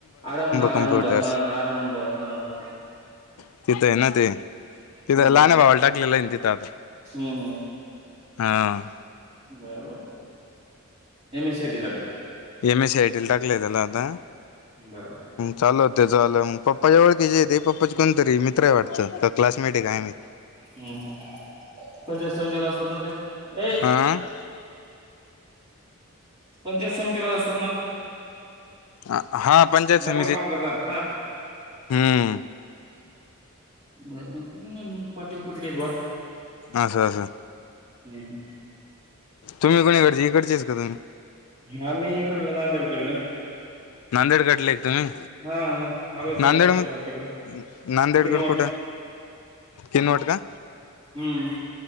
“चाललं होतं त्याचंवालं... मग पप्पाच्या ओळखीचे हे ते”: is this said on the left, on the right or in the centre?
Left